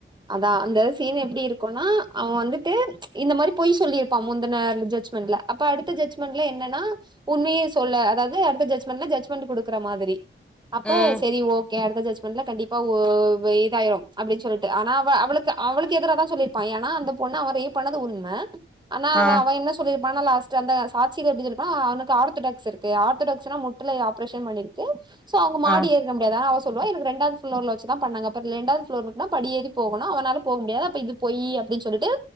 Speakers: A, on the right; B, in the centre.
A: அதா அந்த சீன் எப்புடி இருக்குன்னா அவன் வந்துட்டு இந்த மாரி போய் சொல்லியிருப்பான் முந்துன ஜட்ஜ்மெண்ட்ல அப்ப அடுத்த ஜட்ஜ்மெண்ட்ல என்னன்னா உண்மையே சொல்ல அதாவ்து அடுத் த ஜட்ஜ்மெண்ட்ல ஜட்ஜ்மெண்ட்டு குடுக்குற மாதிரி அப்ப
B: ம்
A: செரி ஓக் கே அடுத்த ஜட்ஜ்மெண்ட்ல கண்டிப்பா ஓ வு இதாயிரும் அப்புடின்னு சொல்லிட்டு ஆனா அவ அவளுக்கு அவளுக்கு எதுராதா சொல்லிருப் பா ஏனா அந்த பொண்ணு அவ ரேப் பண்ணது உண்ம ஆனா அவ
B: ஆ
A: அவ என்ன சொல்லிருப்பான்னா லாஸ்ட்டு அந்த சாத் <unintelligible> அவனுக்கு ஆர்த்தடாக்ஸ் இருக்கு ஆர்த்தடாக்ஸ் னா முட்டில ஆப்ரேஷன் பண்ணிருப் பண்ணிருக்கு கே சோ அவங்க மாடி
B: ஆ
A: ஏற்ற முடியாதா அவ சொல்லுவா எனக்கு ரெண்டாவது ஃப்ளோர்ல வச்சு தா பண்ணாங்க அப்ப ரெண்டாவது ஃப்ளோர்ருக்குன்னா படி ஏறி போகணும் அவனால போக முடியாது அப்ப இது போய் அப்புடின்னு சொல்லிட்டு